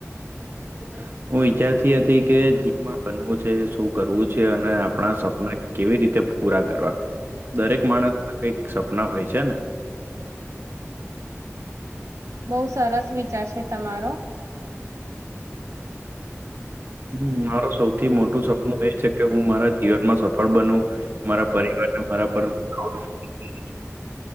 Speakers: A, on the right; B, on the right.
A: <inaudible> હું વિચારતી હતી કે જીવનમાં બનવું છે શું કરવું છે અને આપણા સપના કેવી રીતે કે પૂરા કરવા. દરેક માણસના કઈક સપના હોય છે ને.
B: બહુ સરસ વિચાર છે તમારો.
A: હમ્મ મારો સૌથી મોટું સપનું એ છે કે હું મારા જીવનમાં સફળ બનુ. મારા પરિવારને મારા પર પ્રાઉડ ફીલ થાય.